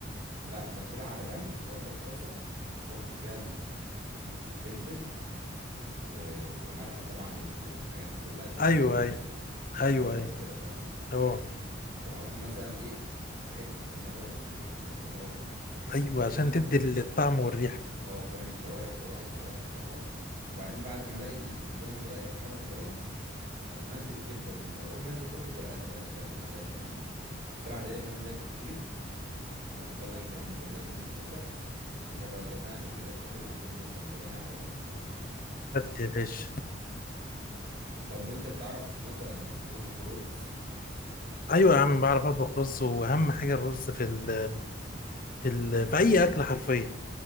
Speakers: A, on the right (about 60°); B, on the left (about 50°).
A: لا بسيبها على جنب واخد طاسه احط فيها الفلفل و- وملح طبعا وف- والحاجات دي كلها فلفل
B: ايوه
A: الوان
B: ايوه
A: فلفل
B: ايوه
A: اخضر
B: ايوه
A: وكده فاهم
B: اه
A: واحط مثلا ايه حته طمايه حته بصلايه
B: ايوه
A: فاهمني
B: عشان تدي الطعم والريحه
A: اه فاهم يتشوح يتشوح يتشوح يتشوحوا وبعدين بعد ما الاقي ال- ال- لونهم بدا يحمر شويه اروح منزل الكبده يا زميلي اول ما انزل الكبده افضل اقلب اقلب اقلب اقلب اقلب سبع دقائق ثمان دقائق بالكتير اروح مطلع الكلام ده كله يا زميلي من الطاسه وشكر الله صنعك انت كده بتاكل كبده اسكندراني على ابوه فاهم
B: بجد يا باشا
A: طب انت بتعرف مثلا تطبخ رز
B: ايوه يا عم بعرف اطبخ رز واهم حاجه الرز في ال في ال في اي اكل حرفيا